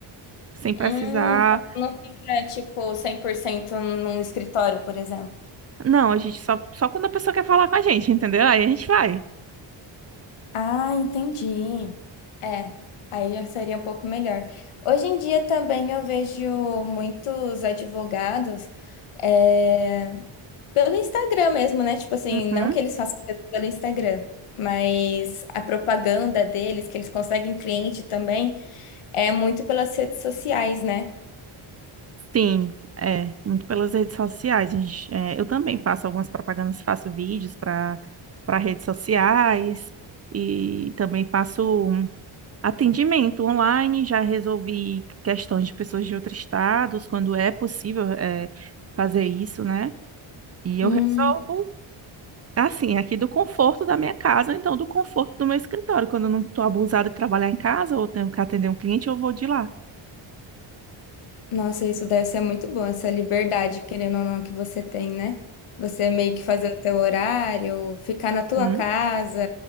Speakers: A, on the right; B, on the left.
A: sem precisar.
B: Hum, então não fica, tipo, 100% num escritório, por exemplo.
A: Não, a gente só, só quando a pessoa quer falar com a gente, entendeu? Aí a gente vai.
B: Ah, entendi. É, aí já seria um pouco melhor. Hoje em dia também eu vejo muitos advogados é, pelo Instagram mesmo, né? Tipo assim,
A: Uhum.
B: não que eles façam coisas pelo Instagram, mas a propaganda deles, que eles conseguem cliente também, é muito pelas redes sociais, né?
A: Sim, é, muito pelas redes sociais. A gente, é, eu também faço algumas propagandas, faço vídeos para para redes sociais e também faço. Atendimento online, já resolvi questões de pessoas de outros estados, quando é possível eh, fazer isso, né? E eu
B: Hum,
A: resolvo, assim, aqui do conforto da minha casa, ou então do conforto do meu escritório. Quando eu não estou abusada de trabalhar em casa ou tenho que atender um cliente, eu vou de lá.
B: nossa, isso deve ser muito bom, essa liberdade, querendo ou não, que você tem, né? Você meio que fazer o teu horário, ficar na tua
A: Hum,
B: casa.